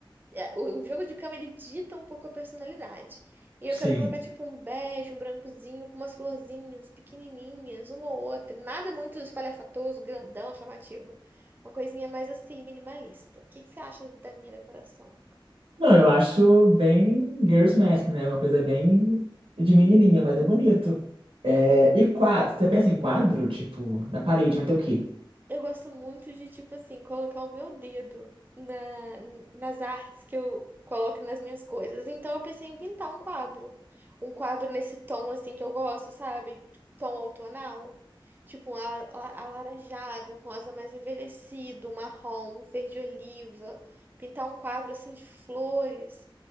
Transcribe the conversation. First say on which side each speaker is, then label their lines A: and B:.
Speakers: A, on the right; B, on the right.
A: é, O o jogo de cama, ele dita um pouco a personalidade. E
B: Sim.
A: eu quero colocar, tipo, um bege, um brancozinho, com umas florzinhas pequenininhas, uma ou outra. Nada muito espalhafatoso, grandão, chamativo. Uma coisinha mais assim, minimalista. O que que você acha da minha decoração?
B: Não, eu acho bem girls' math, né? Uma coisa bem de menininha,
A: Hum,
B: mas é bonito. É,
A: aham.
B: e quadro, você pensa em quadro, tipo, na parede vai ter o quê?
A: Eu gosto muito de, tipo assim, colocar o meu dedo na, nas artes que eu coloco nas minhas coisas. Então eu pensei em pintar um quadro. Um quadro nesse tom, assim, que eu gosto, sabe? Tom outonal. Tipo um ala- ala- alaranjado, um rosa mais envelhecido, um marrom, um verde oliva. Pintar um quadro, assim, de flores.